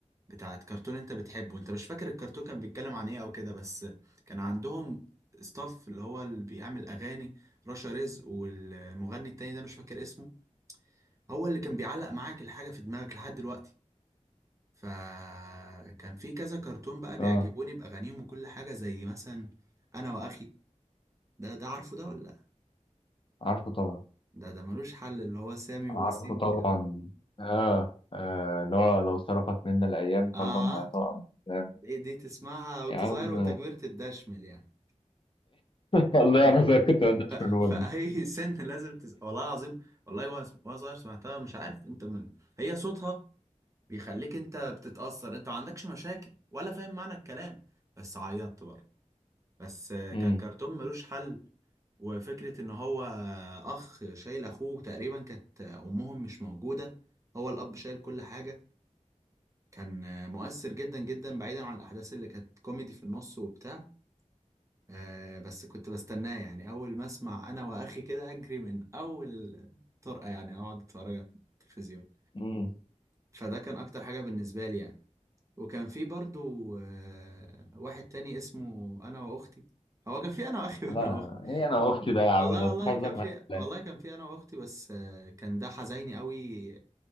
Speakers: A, on the right; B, on the left.
A: بتاعت كرتون انت بتحبه انت مش فاكر الكرتون كان بيتكلم عن ايه او كده بس كان عندهم ستاف اللي هو اللي بيعمل اغاني رشا رزق والمغني التاني ده مش فاكر اسمه هو اللي كان بيعلق معاك الحاجة في دماغك لحد دلوقتي فكان في كذا كرتون بقى بيعجبوني
B: اه
A: بأغانيهم وكل حاجة زي مثلا أنا وأخي ده ده عارفه ده ولا
B: عارفه طبعا
A: ده ده ملوش حل اللي هو سامي
B: عارفه
A: ووسيم
B: طبعا
A: والكلام
B: اه آه، اللي هو لو سرقت منا الايام
A: آه
B: قلبا ما يطاء عن الأحلام.
A: دي, دي تسمعها وأنت
B: يا عم
A: صغير وأنت كبرت تدشمل يعني
B: والله
A: <laughs>
B: انا زي كنت ما بديش
A: ف...
B: من ودي
A: فأي سن لازم تس... والله العظيم والله وأنا وأنا صغير سمعتها مش عارف أنت من هي صوتها بيخليك أنت بتتأثر أنت ما عندكش مشاكل ولا فاهم معنى الكلام بس عيطت برضه بس آه،
B: امم
A: كان كرتون ملوش حل وفكرة إن هو آه، أخ شايل أخوه تقريبا كانت آه، أمهم مش موجودة هو الأب شايل كل حاجة كان آه، مؤثر جدا جدا بعيدا عن الأحداث اللي كانت كوميدي في النص وبتاع آه بس كنت بستناه يعني أول ما أسمع أنا وأخي كده أجري من أول طرقة يعني أقعد أتفرج على التلفزيون
B: امم
A: فده كان أكتر حاجة بالنسبة لي يعني وكان في برضو آه واحد تاني اسمه أنا وأختي هو كان في أنا وأخي
B: لا
A: <laughs> وأنا وأختي
B: ايه انا واختي ده يا عم
A: والله
B: ده
A: والله
B: بتهزر
A: كان
B: معايا
A: في
B: ولا
A: والله
B: إيه؟
A: كان في أنا وأختي بس آه كان ده حزيني قوي